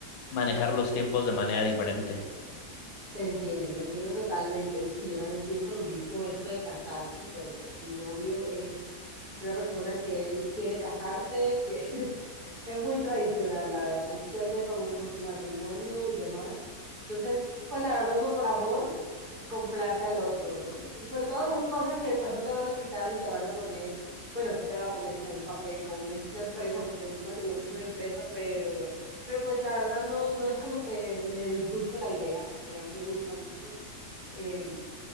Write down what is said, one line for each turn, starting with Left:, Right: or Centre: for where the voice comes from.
Left: manejar los tiempos de manera diferente.
Right: Te entiendo, te entiendo totalmente. Y sí, yo también pienso lo mismo, esto de casarse, pero pues mi novio es una persona que él quiere casarse, quiere- <laughs> es muy tradicional, la verdad. Él sueña con, con su matrimonio y demás. Entonces, pues la verdad, uno por amor complace al otro, ¿no? Y sobre todo son cosas que pues, no te van a quitar ni te van a poner, bueno, sí te van a poner como un papel, como una, una empresa, porque el matrimonio es una empresa, pero, pero pues la verdad no, no es como que me disguste la idea, en realidad me gusta mucho. eh,